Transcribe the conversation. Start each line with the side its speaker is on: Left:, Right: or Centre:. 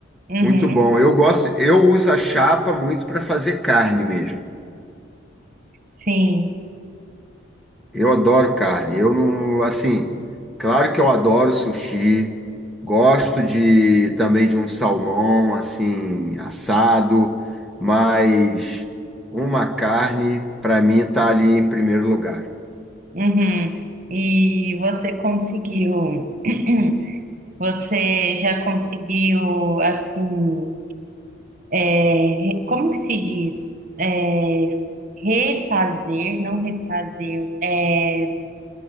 Right: Uhum.
Centre: Muito bom. Eu gosto, eu uso a chapa muito para fazer carne mesmo.
Right: Sim.
Centre: Eu adoro carne. Eu não, assim, claro que eu adoro sushi. Gosto de também de um salmão assim assado, mas uma carne para mim tá ali em primeiro lugar.
Right: Uhum. E você conseguiu, <clears throat> você já conseguiu, assim, é, re- como que se diz? É, refazer, não refazer, é,